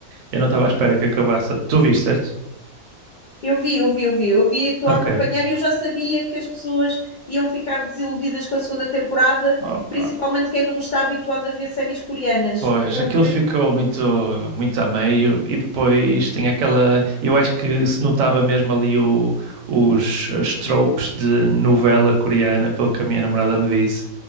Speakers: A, on the right; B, on the left.
A: eu não estava à espera que acabasse. Tu viste, certo?
B: Eu vi, eu vi, eu vi. Eu vi, estou
A: Ok.
B: a acompanhar e eu já sabia que as pessoas iam ficar desiludidas com a segunda temporada,
A: Opa,
B: principalmente quem não está habituado a ver séries coreanas,
A: pois,
B: porque,
A: aquilo ficou muito, muito a meio e depois tem aquela, eu acho que se notava mesmo ali o, os, os tropes de novela coreana, pelo que a minha namorada me disse,